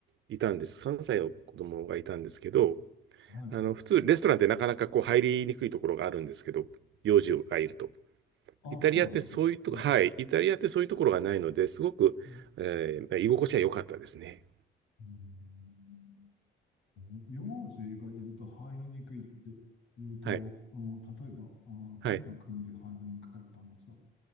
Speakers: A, on the right; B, on the left.
A: いたんです。3歳の子供がいたんですけど、
B: はい。
A: あの、普通レストランってなかなかこう入りにくいところがあるんですけど、幼児がいると。
B: あ、
A: イタリアってそういうとこ、
B: そうなんですか。うん、
A: はい、イタリアってそういうところがないので、すごく、
B: うん、
A: えーまあ居心地は良かったですね。
B: うん名字がいると入りにくいって言うと、
A: はい。
B: あの例えば、あ、どんな国で入りにくかったんですか
A: はい。